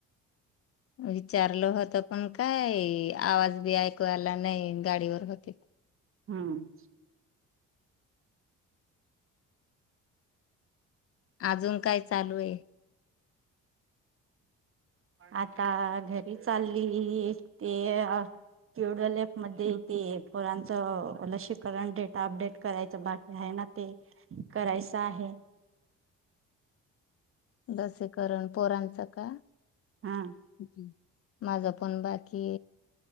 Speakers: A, on the left; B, on the right.
A: विचारलं होत पण काय आवाज बी ऐकवायला नाही गाडीवर होते
B: हम्म
A: अजून काय चालू आहे
B: आता घरी चालली ते क्युडल एप म ते पोरांचं लसकरण डेटा अपडेट करायचं बाकी आहे ना ते करायचं आहे
A: लसीकरण पोरांचं का
B: हा
A: जी माझं पण बाकी